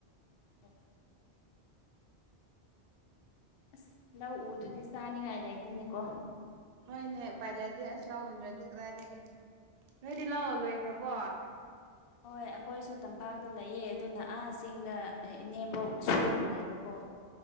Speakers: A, on the left; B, on the right.
A: ꯑꯣ ꯑꯁ ꯂꯧ ꯎꯗꯔꯗꯤ ꯆꯥꯅꯤꯡꯉꯥꯏ ꯂꯩꯇꯦꯅꯦꯀꯣ
B: ꯍꯣꯏꯅꯦ ꯎꯄꯥꯏ ꯂꯩꯇꯦ ꯑꯁ ꯂꯧ ꯍꯨꯟꯗ꯭ꯔꯗꯤ ꯀꯗꯥꯏꯗꯒꯤ ꯅꯣꯏꯗꯤ ꯂꯧ ꯂꯣꯏꯈ꯭ꯔꯕꯣ
A: ꯍꯣꯏ ꯑꯩꯈꯣꯏꯁꯨ ꯇꯝꯄꯥꯛꯇ ꯂꯩꯌꯦ ꯑꯗꯨꯅ ꯑꯥ ꯆꯤꯡꯗ ꯏꯅꯦꯝꯕꯣꯛꯅ ꯁꯨꯔꯒ ꯂꯩꯕꯀꯣ